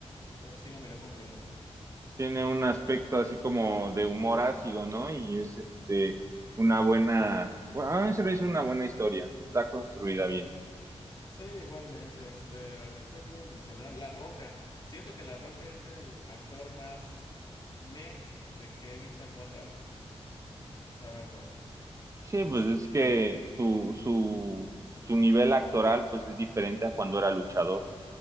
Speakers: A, on the left; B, on the right.
A: Lo- Sí, lo miré completo.
B: tiene un aspecto así como de humor ácido, ¿no? Y es este una buena, bueno, a mí se me hizo una buena historia, está construida bien.
A: Sí, igualmente, este, ¿a ¿qué te iba a mencionar? La Roca. Siento que La Roca es el actor más me de que he visto en buen rato, la verdad.
B: Sí,
A: No,
B: pues
A: s-
B: es que su, su, su nivel actoral pues es diferente a cuando era luchador.